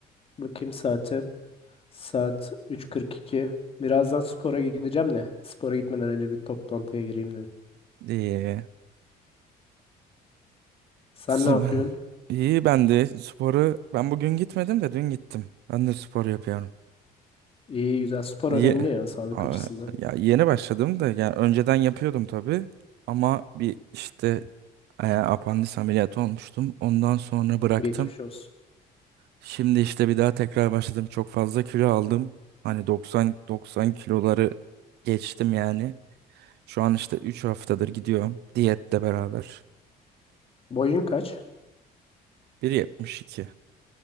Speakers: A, on the left; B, on the right.
A: bakayım saate. Saat 3.42. Birazdan spora gideceğim de. Spora gitmeden önce bir toplantıya gireyim dedim.
B: İyi.
A: Sen
B: Sp-
A: ne yapıyorsun?
B: <laughs> İyi ben de sporu ben bugün gitmedim de dün gittim. Ben de spor yapıyorum.
A: İyi güzel. Spor
B: Ye
A: önemli ya sağlık
B: Aa,
A: açısından.
B: ya yeni başladım da yani önceden yapıyordum tabii ama bir işte e, apandis ameliyatı olmuştum. Ondan sonra bıraktım.
A: Geçmiş olsun.
B: Şimdi işte bir daha tekrar başladım. Çok fazla kilo aldım. Hani 90 90 kiloları geçtim yani. Şu an işte 3 haftadır gidiyorum diyetle beraber.
A: Boyun kaç?
B: 1.72.